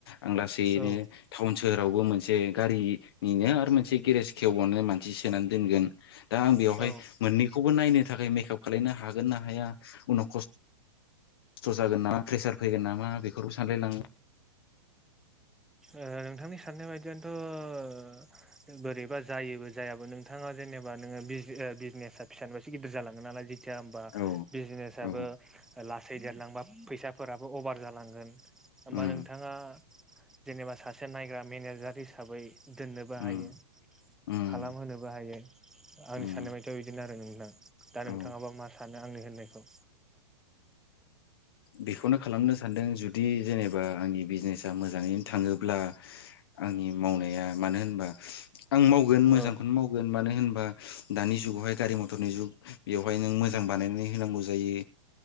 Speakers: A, on the left (about 55°); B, in the centre.
A: आं लासैयैनो
B: औ
A: थाउन सोहोरावबो मोनसे गारिनिनो आरो मोनसे गेरेज खेवबावनो मानसि सोनानै दोनगोन दा आं बेयावहाय
B: औ औ
A: मोननै खौबो नायनो थाखाय मेखाप लायनो हागोन ना हाया उनाव खस स्थ' जागोन नामा फ्रेसार फैगोन नामा बेफोरबो सानलाय लाङो।
B: ओ नोंथांनि साननाय बायदियानथ' बोरैबा जायोबो जायाबो नोंथाङा जे जेनेबा नोङो बिज ओ बिजनेस आ फिसानिबा सो गिदिर जालाङो नालाय जि थिया होमबा
A: औ
B: बिजनेस आबो
A: औ
B: लासै देरलांबा फैसाफोराबो अभार जालांगोन। होमबा
A: उम
B: नोंथाङा जेनेबा सासे नायग्रा मेनेजार हिसाबै दोननोबो
A: उम
B: हायो
A: उम
B: खालामहोनोबो हायो आंनि
A: उम
B: साननायबादियाव इदिनो आरो नों दा नोंथाङाबा
A: औ
B: मा सानो आंनि होननायखौ
A: बेखौनो खालामनो सानदों जुदि जेनेबा आंनि बिजनेसा मोजाङैनो थाङोब्ला आंनि मावनाया मानो होनबा आं मावगोन मोजांखौनो
B: औ
A: मावगोन मानो होनबा बा दानि जुगावहाय खाथि मथरनि जुग बेवहाय नों मोजां बानायनानै होनांगौ जायो